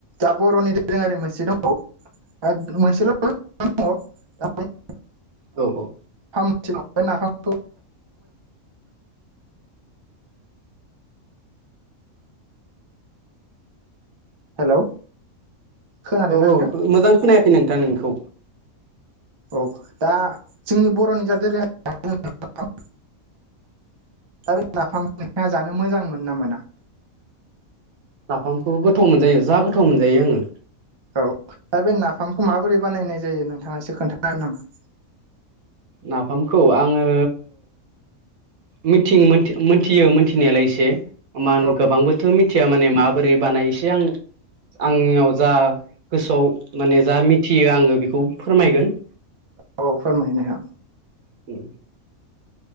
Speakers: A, on the right (about 30°); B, on the right (about 80°).
A: दा बर'नि दोरोङारि मोनसे दङबावो मोनसेल' गोबां दङ
B: औ औ।
A: फामसेलांबाय नाफामखौ हेलौ। खोनादोंना
B: औ औ
A: नोंथां
B: मोजां खोननायाखै नोंथां नोंनिखौ।
A: औ दा जोंनि बर'नि दोरोङारि जानाय लोंनायखौ आरो नोंथांआ नाफाम जानो मोजां मोनोगोना मोना?
B: नाफामखौ गोथाव मोनजायो जा गोथाव मोनजायो आङो।
A: औ दा बे नाफामखौ माबोरै बानायनाय जायो नोंथाङा एसे खोन्थानो हागोन नामा?
B: नाफामखौ आङो मिथिं मोनथियो मोनथिनायालाय एसे मान
A: औ
B: गोबांबोथ' मिथिया माने माबोरै बानाय एसे आं आंनियाव जा गोसोआव माने जा मिथियो आङो बेखौ फोरमायगोन
A: औ औ फोरमायनो हा।
B: उ